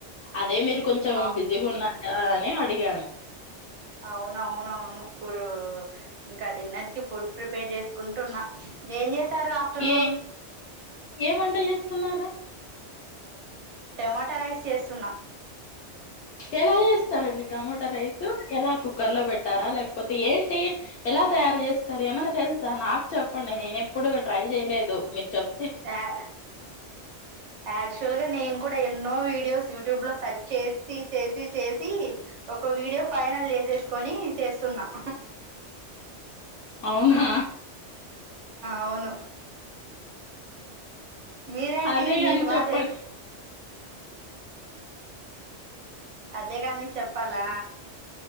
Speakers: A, on the left; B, on the right.
A: అదే మీరు కొంచెం
B: అవ్
A: బిజిగున్నార్ ఆ నే అడిగాను
B: అవునవునవును పూర్. ఇంకా డిన్నర్ కి ఫుడ్ ప్రిపేర్ చేసుకుంటున్నా. ఏం చేశారు ఆఫ్టర్నూన్
A: ఏ ఏం వంట చేస్తున్నారా
B: ట్యమాటా రైస్ చేస్తున్నా.
A: ఎలా చేస్తారండి టమోటో రైతు ఎలా కుక్కర్ లో పెట్టారా. లేకపోతే ఏంటి ఎలా తయారు చేస్తారు. ఏమన్నా తెలుసా నాకు చెప్పండి. నేను ఎప్పుడు ట్రై చేయలేదు. మీరు చెప్
B: యాక్ యాక్చువల్గా నేను కూడా ఎన్నో వీడియోస్ యూట్యూబ్ లో సర్చ్ చేసి చేసి చేసి ఒక వీడియో ఫైనల్ చేసే కొని చేస్తున్నాం
A: అవునా
B: అవును మీరేంటి
A: అదే గాని
B: మీరు బా
A: చెప్పండి
B: చేస్త అదే కాని చెప్పాలా